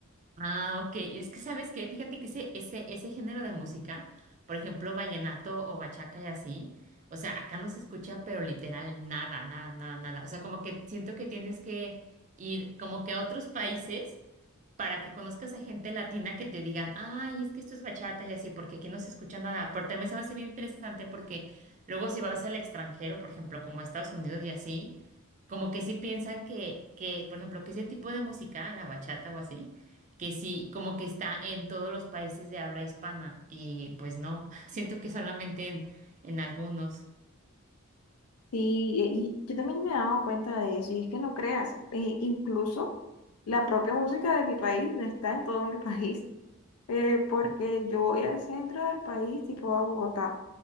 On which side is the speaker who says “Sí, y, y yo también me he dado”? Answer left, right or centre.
Left